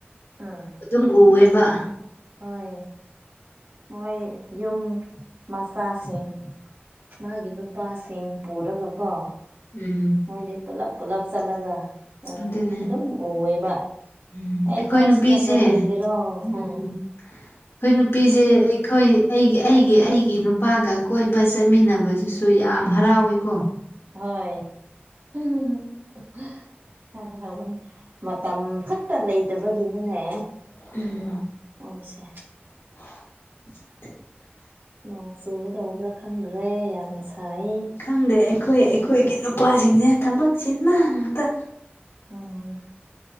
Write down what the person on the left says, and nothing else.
ꯑꯗꯨꯝ ꯎꯋꯦꯕ
ꯎꯝ
ꯑꯗꯨꯅꯦ
ꯎꯝ
ꯑꯩꯈꯣꯏ ꯅꯨꯄꯤꯁꯦ
ꯎꯝ
ꯑꯩꯈꯣꯏ ꯅꯨꯄꯤꯖꯦ ꯑꯦꯛ ꯑꯩꯈꯣꯏ ꯑꯩꯒꯤ ꯑꯩꯒꯤ ꯑꯩꯒꯤ ꯅꯨꯄꯥꯒ ꯀꯣꯏꯕ ꯆꯠꯃꯤꯟꯅꯕꯗꯨꯁꯨ ꯌꯥꯝ ꯍꯔꯥꯎꯋꯦ ꯀꯣ
<unintelligible>
<inaudible>
ꯈꯪꯗꯦ ꯑꯩꯈꯣꯏ ꯑꯩꯈꯣꯏꯒꯤ ꯅꯨꯄꯥꯁꯤꯡꯁꯦ ꯊꯕꯛ ꯆꯤꯟꯕ ꯉꯥꯛꯇ